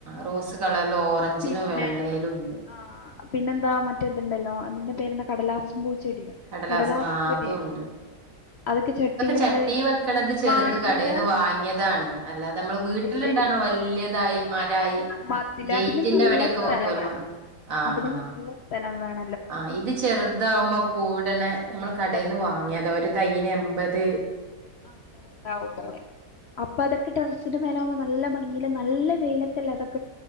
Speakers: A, on the right; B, on the left.
A: റോസ് കളറൽ
B: ആഹ്
A: ഓറഞ്ചിലും
B: പിന്നെ
A: വെള്ളയിലും ഉണ്ട്
B: ആഹ് പിന്നെന്താ മറ്റേതുണ്ടല്ലോ അതിന്റെ പേര്ന്താ കടലാസം പൂ ചെടിയ
A: കടലാസും
B: കടലാസ്
A: ആഹ്
B: ചെടിയ
A: അതും ഉണ്ട്
B: അതൊക്കെ ചട്ടീൽ നിങ്ങള്
A: ചട്ടി വെക്കണത് ചെറുത്
B: വാങ്ങിയത്
A: കടേന്ന് വാങ്ങിയതാണ് അല്ലാതെ നമ്മള് വീട്ടിലുണ്ടാവണ
B: അത് ശെരി
A: വല്യതായി മരായി
B: മതില്
A: ഗേറ്റിന്റെ
B: അതിനും നല്ല
A: അവിടെയൊക്കെ
B: സ്ഥലം
A: വെക്കുവല്ലോ
B: വേണം
A: ആഹ്
B: അതിന്
A: ആഹ്
B: നല്ല സ്ഥലം വേണം
A: ആഹ് ഇത് ചെറുതാവുമ്പോ പൂവിടണേ നമ്മൾ
B: നല്ല
A: കടയീന്ന് വാങ്ങിയതോ ഒരു തയ്യന് എമ്പത്
B: അങ്ങനുണ്ടാവൂല്ലേ അപ്പൊ അതൊക്കെ ടെറസിന്റെ മേലാവുമ്പോ നല്ല ഭംഗിയില് നല്ല വെയിലത്തല്ലാതെ